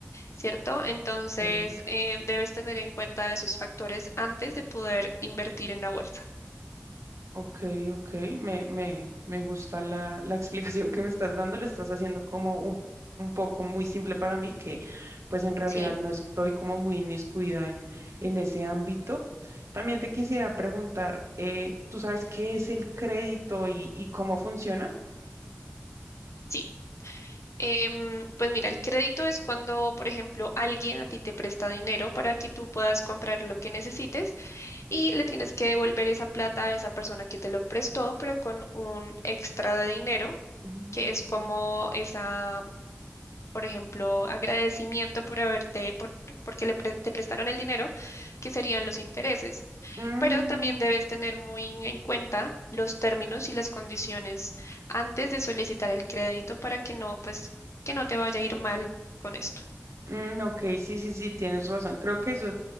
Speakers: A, on the left; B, on the right.
A: ¿cierto? Entonces,
B: ok.
A: eh, debes tener en cuenta esos factores antes de poder invertir en la bolsa.
B: Ok, ok, me, me, me gusta la, la <laughs> explicación que me estás dando, lo estás haciendo como un, un poco muy simple para mí, que pues en realidad
A: Sí,
B: no estoy como muy inmiscuida en, en ese ámbito. También te quisiera preguntar, eh, ¿tú sabes qué es el crédito y, y cómo funciona?
A: sí. Em, pues mira, el crédito es cuando, por ejemplo, alguien a ti te presta dinero para que tú puedas comprar lo que necesites y le tienes que devolver esa plata a esa persona que te lo prestó, pero con un extra de dinero,
B: Mm.
A: que es como esa por ejemplo, agradecimiento por haberte, por, porque le pre- te prestaron el dinero, que serían los intereses.
B: Mm,
A: Pero también debes tener muy en cuenta los términos y las condiciones antes de solicitar el crédito para que no, pues, que no te vaya a ir mal con esto.
B: mm, ok, sí, sí, sí, tienes razón. Creo que eso,